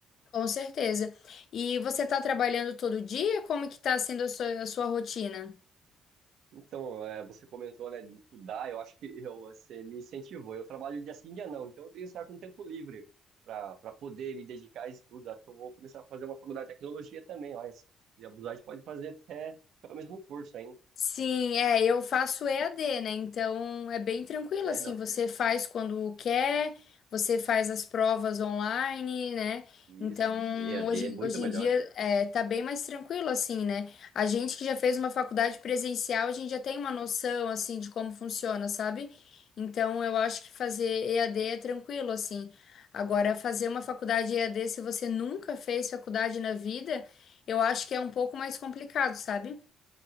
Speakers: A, on the left; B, on the right.
A: Com certeza. E você está trabalhando todo dia? Como que está sendo a sua, a sua rotina?
B: Então, é, você comentou, né, de estudar, eu acho que eu, você me incentivou. Eu trabalho dia sim, dia não, então eu tenho certo um tempo livre para para poder me dedicar a estudos. Acho que eu vou começar a fazer uma faculdade de tecnologia também, ó, se abusar, a gente pode fazer até até o mesmo curso, hein?
A: Sim, é, eu faço EAD, né? Então é bem tranquilo
B: É,
A: assim,
B: não.
A: você faz quando quer, você faz as provas online, né?
B: Isso.
A: Então,
B: E a D
A: hoje,
B: é muito
A: hoje
B: melhor.
A: em dia é, tá bem mais tranquilo assim, né? A gente que já fez uma faculdade presencial, a gente já tem uma noção assim de como funciona, sabe? Então, eu acho que fazer EAD é tranquilo assim. Agora, fazer uma faculdade EAD, se você nunca fez faculdade na vida, eu acho que é um pouco mais complicado, sabe?